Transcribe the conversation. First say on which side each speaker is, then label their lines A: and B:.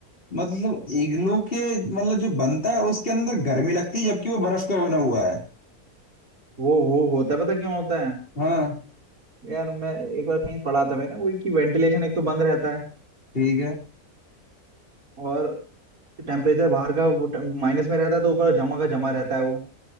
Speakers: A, on the left; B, on the right.
A: मतलब इग्लू के मतलब जो बनता है उसके अंदर गर्मी लगती है जबकि वो बर्फ का बना हुआ है
B: वो वो होता है पता क्यों होता है
A: हाँ
B: यार मैं एक बार कहीं पढ़ा था मैंने वो कि वेंटिलेशन एक तो बंद रहता है
A: ठीक है
B: और टेम्परेचर बाहर का वो माइनस में रहता है तो ऊपर जमा का जमा रहता है वो